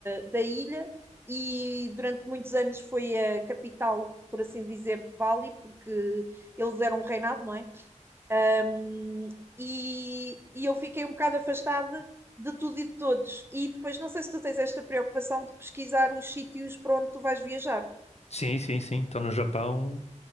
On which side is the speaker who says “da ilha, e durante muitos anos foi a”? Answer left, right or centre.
Right